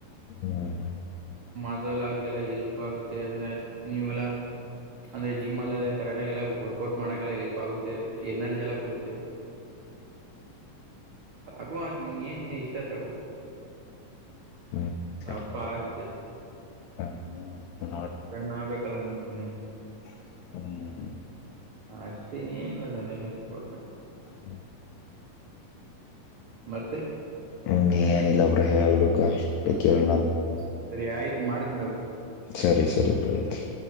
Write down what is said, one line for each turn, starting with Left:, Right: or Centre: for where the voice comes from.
Left: ಹ್ಮ್
Right: ಅದಲ್ಲ ಎಲ್ಪ್ ಆಗುತ್ತೆ ಅಂದ್ರೆ ನೀವೆಲ್ಲ ಅ. <unintelligible> ಜಿಮ್ ಎಲ್ಲ ಕರೆಕ್ಟಾಗಿ ಎಲ್ಲ ವರ್ಕೌಟ್ ಮಾಡಕ್ಕೆೆಲ್ಲ ಹೆಲ್ಪ್ ಆಗುತ್ತೆ ಎನರ್ಜಿ ಎಲ್ಲ ಕೊಡುತ್ತೆ. ಆಗು ಅದೇನಿನ್ನ ಇಷ್ಟ ತಗೋ.
Left: ಹ್ಮ್ ಸರಿ
Right: ಅಪ್ಪ ಆಗ್ತಿಯಾ.
Left: ಹ್ಮ್
Right: ಪೆಣ್ಣ ಆಗ್ಬೇಕಲ್ಲ ನಿನ್. <unintelligible>
Left: ಹ್ಮ. <unintelligible>
Right: ಅಷ್ಟೇ ಏನಿಲ್ಲ ತಲೆಗೆಡಿಸ್ಕೊಬೇಡ.
Left: ಹ್ಮ್.
Right: ಮತ್ತೆ.
Left: ಹ್ಮ್ ಏನಿಲ್ಲ ಬ್ರೋ ಹೇಳ್ಬೇಕ. ಕೆಳನ.
Right: ಹ್ಮ ಸರಿ ಆಯ್ತು ಮಾಡ್ತಿನಿ ತಗೋ.
Left: ಸರಿ ಸರಿ ಬಹತ್. <unintelligible>